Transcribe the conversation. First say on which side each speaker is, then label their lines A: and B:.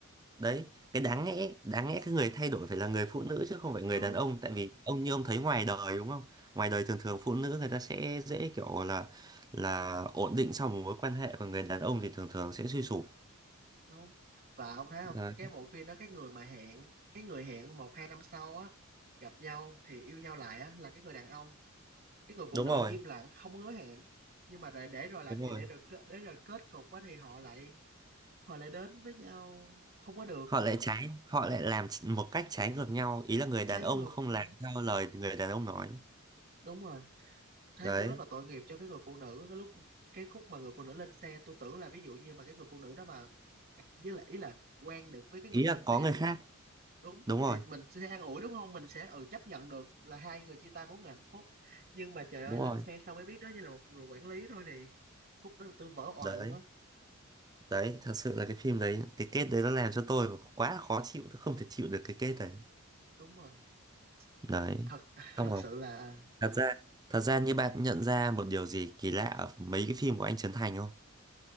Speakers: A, on the right; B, on the right.
A: đấy cái đáng lẽ đáng lẽ cái người thay đổi phải là người phụ nữ chứ không phải người
B: đúng
A: đàn ông tại vì ông như ông thấy ngoài đời đúng không ngoài đời thường thường phụ nữ người ta sẽ dễ kiểu là là ổn định sau một mối quan hệ còn người đàn ông thì thường thường sẽ suy sụp
B: đúng và ông thấy
A: đấy.
B: không cái bộ phim đó cái người mà hẹn cái người hẹn một hai năm sau á gặp nhau thì yêu nhau lại á là cái người đàn ông cái người phụ
A: đúng
B: nữ
A: rồi
B: im lặng không hứa hẹn nhưng mà để, để rồi làm
A: đúng
B: gì
A: rồi
B: để rồi kết để rồi kết cục á thì họ lại họ lại đến với nhau không có được
A: họ lại trái họ lại làm một cách trái ngược nhau ý là người
B: trái
A: đàn ông
B: ngược
A: không
B: ừ,
A: làm theo lời người đàn ông nói
B: đúng rồi thấy
A: đấy
B: cũng rất là tội nghiệp cho cái người phụ nữ cái lúc cái khúc mà người phụ nữ lên xe tôi tưởng là ví dụ như mà cái người phụ nữ đó mà gặp với lại ý là quen được với cái
A: ý
B: người
A: là
B: trên xe
A: có người
B: thì
A: khác
B: đúng
A: đúng rồi
B: thì mình sẽ an ủi đúng không mình sẽ ừ chấp nhận được là hai người chia tay bốn người hạnh phúc nhưng mà trời
A: đúng
B: ơi lên
A: rồi
B: xe xong mới biết đó chỉ là một người quản lý thôi thì khúc đó tôi vỡ òa
A: đấy
B: luôn á
A: đấy thật sự là cái phim đấy cái kết đấy nó làm cho tôi quá là khó chịu tôi không thể chịu được cái kết đấy
B: đúng rồi
A: đấy
B: Thế thật thật
A: xong rồi
B: sự là à,
A: thật ra thật ra như bạn nhận ra một điều gì kỳ lạ ở mấy cái phim của anh Trấn Thành không